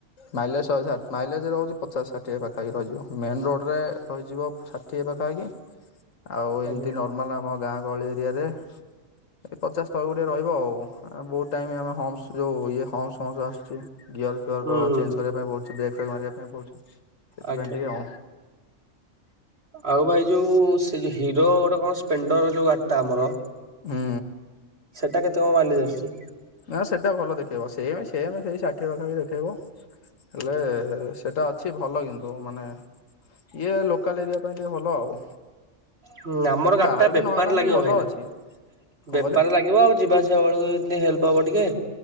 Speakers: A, on the left (about 75°); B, on the right (about 50°).
A: ମାଇଲେଜ ଶହେ ସାତ, ମାଇଲେଜ ରହୁଛି ପଚାଶ ସାଠ ଷାଠିଏ ପାଖାପାଖି ରହିଯିବ। ମେନ୍ ରୋଡ଼ରେ ରହିଯିବ ଷାଠିଏ ପାଖାପାଖି ଆଉ
B: ଆଜ୍ଞା।
A: ଏମତି ନର୍ମାଲ ଆମ ଗାଁ ଗହଳି ଏରିଆରେ, ଏଇ ପଚାଶ ତଳକୁ ଟିକେ ରହିବ ଆଉ। ଆ ବହୁତ ଟାଇମ ଆମେ ହମ୍ସ ଯୋଉ ଇଏ ହମ୍ସ ଫମ୍ସ ଆସୁଛି, ଗିୟର ଫିଅର
B: ହୁଁ ହୁଁ
A: ଚେଞ୍ଜ
B: ହୁଁ
A: କରିବା ପାଇଁ ବହୁତ <unintelligible> ବ୍ରେକ ମାରିବା ପାଇଁ ପଡୁଛି, ସେଥିପାଇଁ
B: ଆଜ୍ଞା
A: ଟିକେ ଆଉ।
B: ଆଉ ଭାଇ ଯୋଉ, ସେ ଯୋଉ ହିରୋ ଗୋଟେ କଣ ସ୍ପ୍ଲେଣ୍ଡର ଯୋଉ ଗାଡିଟା ଆମର
A: ହୁଁ।
B: ସେଟା କେତେ କଣ ମାଇଲେଜ୍ ଆସୁଛି?
A: ନା ସେଟା ଭଲ ଦେଖେଇବ। ସେମ ସେମ ସେଇ ଷାଠିଏ ପାଖପାଖି ଦେଖେଇବ, ହେଲେ ସେଇଟା ଅଛି ଭଲ କିନ୍ତୁ ମାନେ ଇଏ ଲୋକାଲ ଏରିଆ ପାଇଁ ଟିକେ ଭଲ ଆଉ।
B: ହୁଁ। ଆମର ଗାଡିଟା
A: ବାହାରକୁ
B: ବେପାର
A: ନବା ପାଇଁ
B: ଲାଗିବ
A: ବି ଭଲ
B: ଭାଇନା।
A: ଅଛି କଣ
B: ବେପାରରେ
A: କହିଲେ
B: ଲାଗିବ ଆଉ ଯିବା ଆସିବା ବେଳକୁ ଏନ୍ତି ହେଲ୍ପ ହବ ଟିକେ।